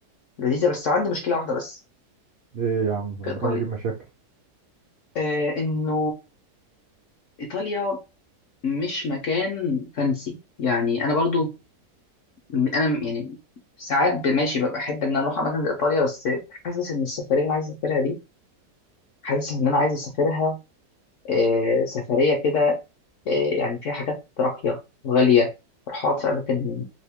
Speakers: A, on the left; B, on the right.
A: لذيذه بس عندي مشكله واحده بس
B: ايه يا عم
A: في
B: ربنا
A: ايطاليا
B: ما يجيب مشاكل
A: آه انه ايطاليا مش مكان فانسي يعني انا برضو انا يعني ساعات ب- ماشي ببقى احب ان انا اروح اماكن زي ايطاليا بس حاسس ان السفريه اللي انا عايز اسافرها دي حاسس ان انا عايز اسافرها آه، سفريه كده آه، يعني فيها حاجات راقيه وغاليه اروح اقعد في اماكن